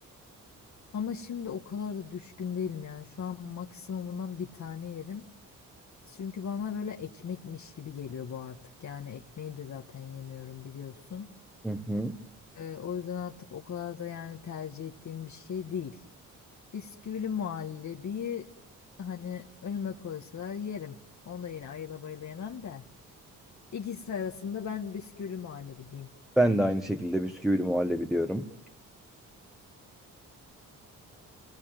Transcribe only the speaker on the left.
Ama şimdi o kadar da düşkün değilim yani. Şu an maksimumundan bir tane yerim. Çünkü bana böyle ekmekmiş gibi geliyor bu artık. Yani ekmeği de zaten yemiyorum biliyorsun.
Ee, o yüzden artık o kadar da yani tercih ettiğim bir şey değil. Bisküvili muhallebiyi hani önüme koysalar yerim. Onu da yine ayıla bayıla yemem de. İkisi arasında ben bisküvili muhallebi diyeyim.